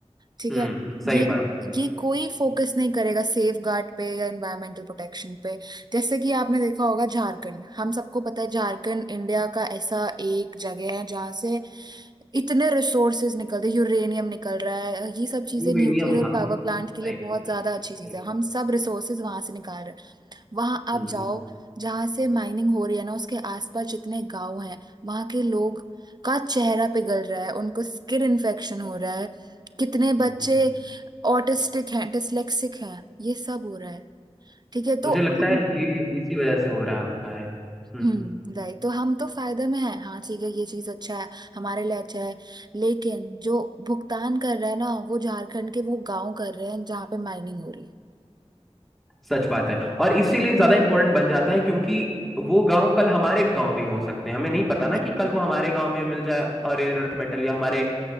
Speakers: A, on the right; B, in the centre.
A: ठीक
B: हम्म
A: है
B: सही
A: ये
B: बात
A: ये कोई फोकस नहीं करेगा सेफ गार्ड पे या एनवायरमेंटल प्रोटेक्शन पे जैसे कि आपने देखा होगा झारखंड हम सबको पता है झारखंड इंडिया का ऐसा एक जगह है जहाँ से इतने रिसोर्सेज निकलते हैं यूरेनियम निकल रहा है ये सब चीजें
B: यूरेनियम
A: न्यूक्लियर
B: हाँ
A: पावर प्लांट
B: सही
A: के लिए बहुत ज्यादा अच्छी
B: सही
A: चीज है
B: बात
A: हम सब रिसोर्सेज वहां से निकाल रहे हैं वहां
B: हम्म
A: आप जाओ जहां से माइनिंग हो रही है ना उसके आसपास जितने गांव हैं वहां के लोग का चेहरा पिघल रहा है उनको स्किन इन्फेक्शन हो रहा है कितने
B: हम्म
A: बच्चे ऑटिस्टिक हैं डिसलेक्सिक हैं ये सब हो रहा है ठीक है
B: मुझे
A: तो
B: लगता
A: हम
B: है ये इसी वजह से हो रहा है हम्म
A: हम्म राइट तो हम तो फायदे में हैं हाँ ठीक है ये चीज अच्छा है हमारे लिए अच्छा है लेकिन जो भुगतान कर रहा है ना वो झारखंड के वो गांव कर रहे हैं जहाँ पे माइनिंग हो रही
B: सच बात है और इसीलिए ज्यादा इम्पोर्टेंट बन जाता है क्योंकि वो गांव कल हमारे गांव भी हो सकते हैं हमें नहीं पता ना
A: है
B: कि कल वो हमारे गांव में मिल जाए रेयर अर्थ मेटल या हमारे